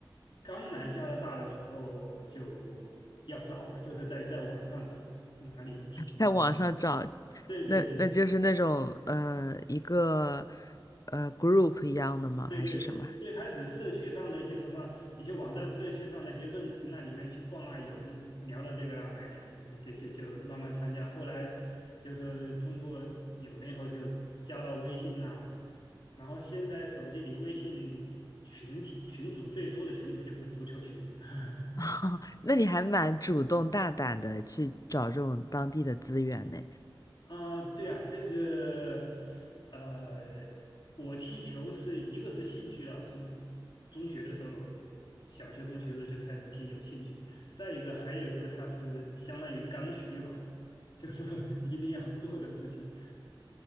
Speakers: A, on the left; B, on the left.
A: 刚来加拿大的时候就要找嘛，就是在在网上找哪里有踢球的。
B: 在网上找，
A: 对对对，
B: 那那就是那种呃一个呃 group 一样的吗？
A: 对对，
B: 还是什么？
A: 最开始社区上的一些什么一些网站、社区上的一些论坛那里面去逛啊，有人聊了这个了，哎，就就就就慢慢参加。后来就是通过有了以后就加到微信呐、然后现在手机里微信群体群组最多的群组就是足球群，<laughs>
B: <laughs> 哦，那你还蛮主动大胆的去找这种当地的资源呢。
A: 啊，对啊，这个，呃，我踢球是一个是兴趣了，从中学的时候，小学、中学的时候就开始踢，有兴趣。再一个，还有一个，它是相当于刚需吧，就是说 <laughs> 一定要做的事情。